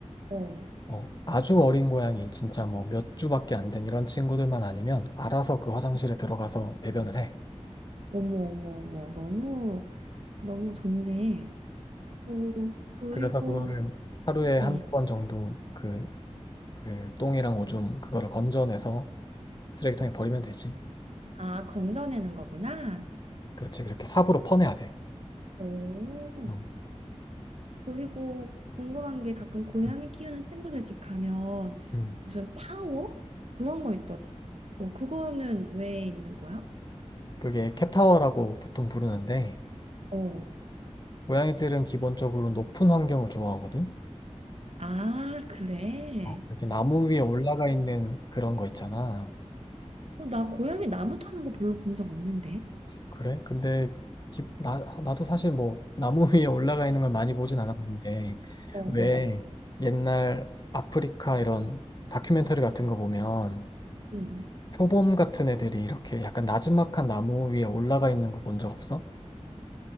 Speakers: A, on the right; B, on the left.
A: 어.
B: 어, 아주 어린 고양이 진짜 뭐 몇 주밖에 안 된 이런 친구들만 아니면 알아서 그 화장실에 들어가서 배변을 해.
A: 어머 어머 어머 너무 너무 좋네. 오 그리고
B: 그래서 그거를 하루에 한두
A: 음
B: 번 정도 그, 그 똥이랑 오줌 그거를 건져내서 쓰레기통에 버리면 되지.
A: 아 건져내는 거구나.
B: 그렇지. 그렇게 삽으로 퍼내야 돼.
A: 오
B: 음,
A: 그리고 궁금한 게 가끔 고양이
B: 음,
A: 키우는 친구들 집 가면
B: 음.
A: 무슨 타워? 그런 거 있더라고. 어, 그거는 왜 있는 거야?
B: 그게 캣타워라고 보통 부르는데
A: 어.
B: 고양이들은 기본적으로 높은 환경을 좋아하거든.
A: 아, 그래.
B: 어, 이렇게 나무 위에 올라가 있는 그런 거 있잖아.
A: 어, 나 고양이 나무 타는 거 별로 본 적 없는데.
B: 그래? 근데 기- 나, 나도 사실 뭐 나무 위에 올라가 있는 걸 많이 보진 않았는데
A: 어, 어.
B: 왜 옛날 아프리카 이런 다큐멘터리 같은 거 보면
A: 음.
B: 표범 같은 애들이 이렇게 약간 나지막한 나무 위에 올라가 있는 거 본 적 없어?